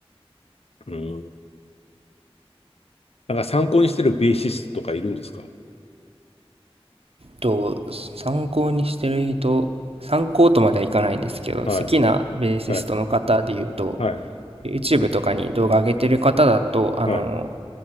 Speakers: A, on the left; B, on the right.
A: うん。なんか参考にしてるベーシストとかいるんですか
B: と、参考にしてる人、参考とまではいかないんですけど、好きなベーシストの方で言うと、
A: はい。はい。はい。
B: YouTube とかに動画上げてる方だと、あの、
A: はい。